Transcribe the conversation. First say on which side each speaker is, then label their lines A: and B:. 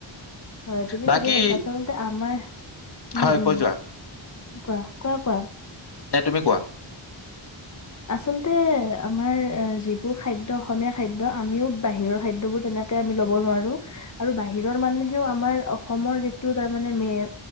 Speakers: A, on the left; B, on the left.
A: হয়। তুমি
B: বাকী
A: ঠিকেই কৈছা আচলতে আমাৰ।
B: হয়
A: উম',
B: কৈ
A: উম',
B: যোৱা
A: কোৱা। কোৱা, কোৱা।
B: এ', তুমি কোৱা।
A: আচলতে আমাৰ যিবোৰ খাদ্য, অসমীয়া খাদ্য, আমিও বাহিৰৰ খাদ্যবোৰ তেনেকে আমি ল'ব নোৱাৰো। আৰু বাহিৰৰ মানুহেও আমাৰ অসমৰ যিটো তাৰমানে মেইন